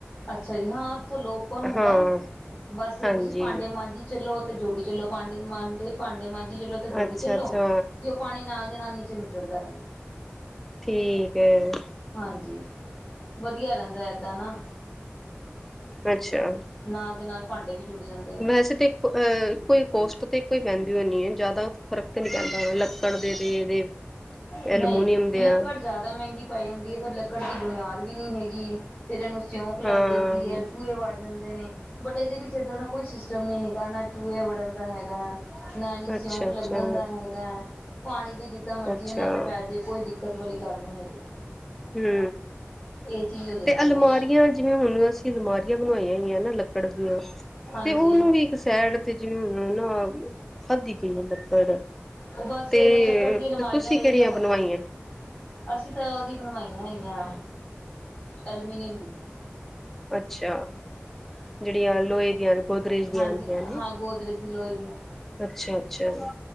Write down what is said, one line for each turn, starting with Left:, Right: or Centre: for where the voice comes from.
Left: ਅੱਛਾ ਜੀ ਹਾਂ ਉੱਥੋਂ ਲੋਕ ਉਪਨ ਹੁੰਦਾ
Centre: ਹਾਂ
Left: ਬਸ
Centre: ਹਾਂਜੀ
Left: ਤੁਸੀਂ ਭਾਂਡੇ ਮਾਂਝੀ ਚੱਲੋ ਅਤੇ ਜੋੜੀ ਚੱਲੋ ਪਾਂਡੇ ਮਾਂਜੇ ਭਾਂਡੇ ਮਾਂਝੀ ਚੱਲੋ ਤੇ ਜੋੜੀ
Centre: ਅੱਛਾ-ਅੱਛਾ
Left: ਚੱਲੋ ਤੇ ਉਹ ਪਾਣੀ ਨਾਲ ਦੇ ਨਾਲ ਨੀਚੇ ਨਿੱਚੜਦਾ ਰਹਿੰਦਾ
Centre: ਠੀਕ ਹੈ
Left: ਹਾਂਜੀ ਵਧੀਆ ਰਹਿੰਦਾ ਏਦਾਂ ਨਾ
Centre: ਅੱਛਾ
Left: ਨਾਲ ਦੇ ਨਾਲ ਭਾਂਡੇ ਵੀ ਜੁੜ ਜਾਂਦੇ ਨੇ
Centre: ਵੈਸੇ ਤੇ ਅਹ ਕੋਈ ਕੋਸਟ ਤੇ ਕੋਈ ਬਹਿੰਦੀ ਨਹੀਂ ਹੈ ਜ਼ਿਆਦਾ ਫਰਕ ਤੇ ਨਹੀਂ ਪੈਂਦਾ ਪੜਦੇ ਤੇ ਇਹਦੇ
Left: ਨਹੀਂ
Centre: ਐਲਮਮੀਨੀਅਮ ਦੇ
Left: ਲੱਕੜ
Centre: ਆ
Left: ਜ਼ਿਆਦਾ ਮਹਿੰਗੀ ਪੇ ਜਾਂਦੀ ਹੈ ਫਿਰ ਲੱਕੜ ਦੀ ਬੁਨਿਆਦ ਵੀ ਨਹੀਂ ਹੈਗੀ ਫਿਰ ਇਹਨੂੰ ਸਿਉਂਕ ਲੱਗ
Centre: ਹਾਂ
Left: ਜਾਂਦੀ। ਦੀ ਹੈ, ਚੂਹੇ ਵੜ ਜਾਂਦੇ ਨੇ ਬਟ ਇਹਦੇ ਵਿੱਚ ਏਦਾਂ ਦਾ ਕੋਈ ਸਿਸਟਮ ਨਹੀਂ ਹੈਗਾ ਨਾ ਚੂਹੇ ਵੜਨ ਦਾ ਹੈਗੈ। ਨਾ ਇਹਨੂੰ ਸਿਉਂਕ
Centre: ਅੱਛਾ-ਅੱਛਾ
Left: ਲੱਗਣ ਦਾ ਹੈਗਾ। ਪਾਣੀ ਵੀ ਜਿੱਦਾਂ ਮਰਜੀ
Centre: ਅੱਛਾ
Left: ਇਹਨਾਂ ਤੇ ਪੈ ਜੇ ਕੋਈ ਦਿੱਕਤ ਵਾਲੀ ਗੱਲ ਨਹੀਂ ਹੈਗੀ।
Centre: ਹੂੰ।
Left: ਇਹ ਚੀਜ਼ ਜਾਂਦੀ
Centre: ਤੇ ਅਲਮਾਰੀਆਂ
Left: ਹੈ
Centre: ਜਿਵੇਂ ਹੁਣ ਅਸੀਂ ਅਲਮਾਰੀਆਂ ਬਣਾਵਾਈਆਂ ਹੋਇਆ ਨਾ ਲੱਕੜ ਦੀਆਂ
Left: ਹਾਂਜੀ
Centre: ਤੇ ਉਹਨੂੰ ਵੀ ਇੱਕ ਸੈਡ ਤੇ ਜਿਵੇਂ ਹ ਨਾ ਖਾਧੀ ਗਈ ਏ ਲੱਕੜ
Left: ਉਹ ਬੱਸ
Centre: ਤੇ
Left: ਲੱਕੜ ਦੀਆਂ ਅਲਮਾਰੀਆਂ
Centre: ਤੁਸੀਂ
Left: ਦਾ
Centre: ਕਿਹੜੀਆਂ
Left: ਹੀ ਤਾਂ ਪੰਗਾ
Centre: ਬਣਵਾਈਆਂ
Left: ਹੈ, ਅਸੀਂ ਤਾਂ ਉਹਦੀ ਬਣਵਾਈਆਂ ਹੈਗੀਆਂ ਐਲਮੀਨੀਅਮ ਦੀ,
Centre: ਅੱਛਾ ਜਿਹੜੀਆਂ ਲੋਹੇ ਦੀਆਂ ਨੇ ਗੋਦਰੇਜ ਦੀਆਂ
Left: ਹਾਂਜੀ
Centre: ਆਦੀਆਂ
Left: ਹਾਂ ਗੋਦਰਜ ਦੀ ਲੋਹੇ ਦੀਆਂ
Centre: ਅੱਛਾ ਅੱਛਾ